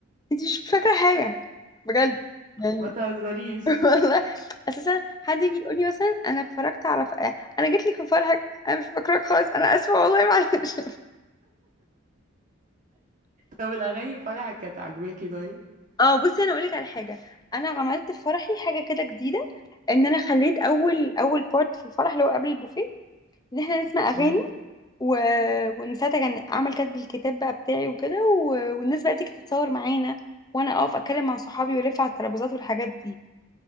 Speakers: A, on the left; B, on the right.
A: انت مش فاكرة حاجة بجد يعني
B: ما تهزريش
A: <laughs> والله اساسا حد يجي يقول لي مثلا انا اتفرجت على ف... انا جيت لك في فرحك انا مش فاكراك خالص انا اسفه والله معلش
B: طب الأغاني في فرحك كانت عاجباكي طيب
A: اه بصي انا اقولك على حاجه انا عملت في فرحي حاجه كده جديده ان انا خليت اول اول بارت في الفرح اللي هو قبل البوفيه ان احنا نسمع اغاني
B: امم
A: و... وان ساعتها كان اعمل كاتب الكتاب بقى بتاعي وكده و... والناس بقى تيجي تتصور معانا وانا اقف اتكلم مع صحابي والف على الترابيزات والحاجات دي